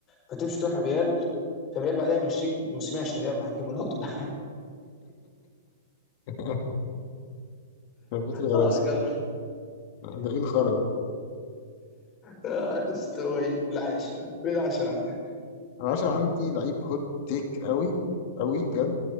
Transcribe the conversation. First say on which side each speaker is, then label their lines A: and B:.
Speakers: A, on the left; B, on the left.
A: فتمشي تروح ريال فريال بعدها يمشيك موسمين عشان يلا هنجيب رونالدو ده
B: <laughs> بيت الغلاسه
A: <laughs> اه جاب
B: ده ايه الخرا ده
A: ده استوي العاشرة ايه العاشرة عندك
B: انا عشان عندي لعيب هوت تيك قوي قوي بجد